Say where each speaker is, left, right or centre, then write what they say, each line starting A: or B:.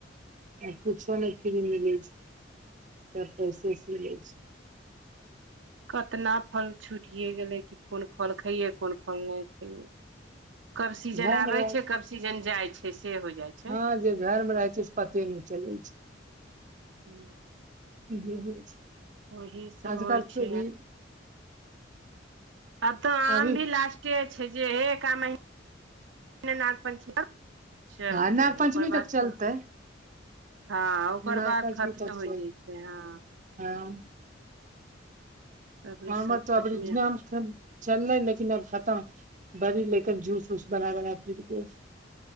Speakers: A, on the right; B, on the right.
A: आ कुछो नहि फ्री मिलैत छै सब पैसे से मिले छै
B: कतना फल छुटियए गेलै कि कोन फल खइयै कोन फल नहि खइयै कब सीजन
A: घर
B: आबै
A: मे रह
B: छै कब सीजन जाइ छै से हो जाइ छै
A: हँ जे घर मे रहै छै से पते नहि चलै छै
B: हूँ
A: इहे होइ छै
B: ओही से
A: आजकल
B: होइ छै
A: तऽ भी
B: आर आ तो आम
A: अभी
B: भी लास्ट के छै जे एक एक आ महीनाना नागपंचमी आर चलतै
A: हँ नाग पञ्चमी
B: ओकर बाद
A: तक चलतै
B: त हँ ओकर
A: नाग
B: बाद
A: पञ्चमी
B: खत्में
A: तक
B: होइ
A: चल
B: जतै हँ
A: हँ
B: सबरी
A: हमे
B: सब
A: तोरा
B: खत्मे
A: <unintelligible> चलले लेकिन अब खतम बड़ी लेकिन जूस वूस बना बना दीपेश